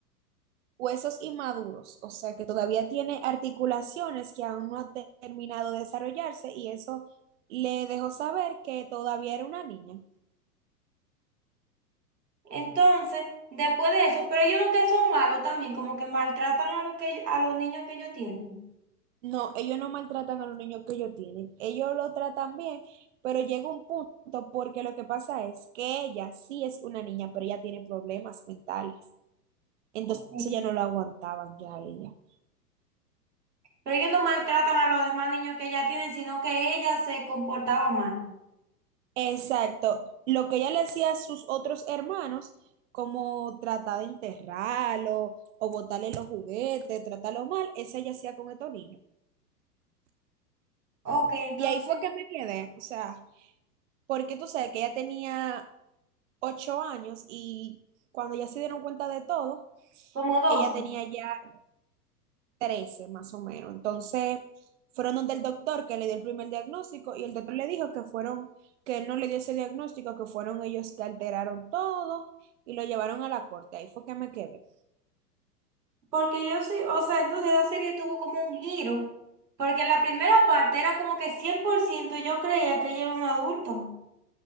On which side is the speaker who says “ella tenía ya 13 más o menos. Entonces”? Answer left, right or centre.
Right